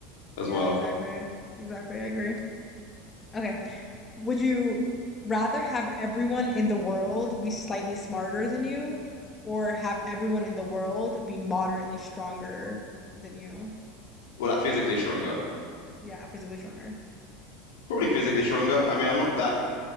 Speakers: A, on the left; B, on the left.
A: as
B: Yeah,
A: well.
B: exactly. Exactly. I agree. Okay. Would you rather have everyone in the world be slightly smarter than you, or have everyone in the world be moderately stronger than you?
A: Well, like physically stronger,
B: Yeah, physically stronger.
A: probably physically stronger. I mean, I'm not that.